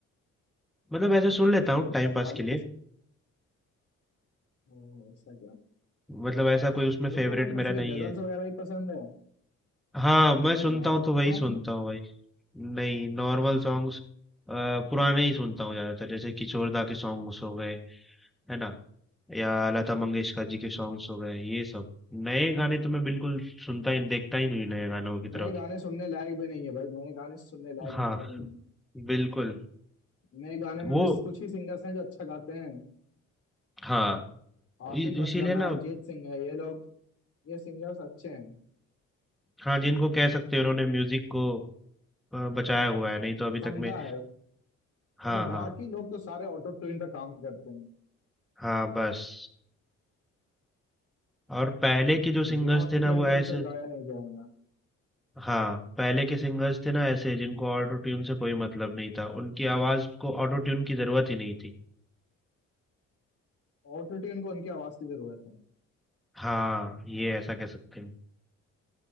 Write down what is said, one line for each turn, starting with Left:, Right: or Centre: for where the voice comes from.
Centre: मतलब ऐसा सुन लेता हूँ
Left: ओ
Centre: टाइम
Left: तुम
Centre: पास
Left: कवाली
Centre: के लिए
Left: किस ओ, ऐसा क्या
Centre: मतलब ऐसा कोई उसमें
Left: तो
Centre: फेवरेट
Left: तुम्हें बस
Centre: मेरा
Left: ये
Centre: नहीं
Left: गजल्स
Centre: है
Left: वगैरह ही पसंद है
Centre: हाँ मैं सुनता
Left: तो नॉर्मल
Centre: हूँ तो वही
Left: सॉन्ग
Centre: सुनता हूँ भाई नहीं नॉर्मल सॉन्ग्स पुराने ही सुनता हूँ ज्यादातर जैसे किशोरदा के सॉन्ग्स हो गए है ना या लता मंगेशकर जी के सॉन्ग्स हो गए ये सब नए गाने तो मैं बिल्कुल सुनता ही देखता ही नहीं हूँ नए गानों की तरफ
Left: नए गाने सुनने लायक भी नहीं है भाई नए गाने सुनने लायक
Centre: हाँ
Left: भी नहीं है
Centre: बिल्कुल
Left: नए गाने में
Centre: वो
Left: भी कुछ ही सिंगर्स हैं जो अच्छा गाते हैं
Centre: हाँ
Left: आतिफ
Centre: इ-
Left: असलम
Centre: इसीलिए ना
Left: है अरिजीत सिंह है ये लोग ये सिंगर्स अच्छे हैं
Centre: हाँ जिनको कह सकते हैं उन्होंने म्यूजिक को अ, बचाया हुआ है नहीं तो अभी
Left: समझा
Centre: तक में
Left: है नहीं
Centre: हाँ
Left: तो
Centre: हाँ
Left: बाकी लोग तो सारे ऑटो ट्यून पे काम करते हैं
Centre: हाँ बस और पहले के जो
Left: तो
Centre: सिंगर्स
Left: बिना ऑटो
Centre: थे ना
Left: ट्यून
Centre: वो
Left: के
Centre: ऐसे
Left: उनसे गाया नहीं जाएगा
Centre: हाँ पहले के सिंगर्स थे ना ऐसे जिनको ऑटो ट्यून से कोई मतलब नहीं था उनकी आवाज को ऑटो ट्यून की जरूरत ही नहीं थी
Left: ऑटो ट्यून को उनकी आवाज की जरूरत है
Centre: हाँ ये ऐसा कह सकते हैं